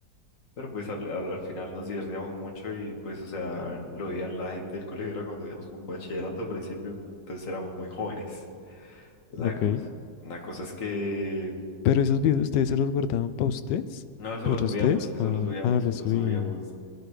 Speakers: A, on the left; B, on the left.
A: pero pues al, al- al final nos divertíamos mucho y pues, o sea, lo veían la gente del colegio, era cuando íbamos con bachillerato al principio, entonces éramos muy jóvenes, la
B: Ok.
A: cosa. La cosa es que...
B: Pero esos videos ustedes se los guardaban para ustedes,
A: No, eso
B: para
A: lo subíamos,
B: ustedes,
A: eso
B: o
A: lo subíamos,
B: ah, los
A: lo
B: subían.
A: subíamos.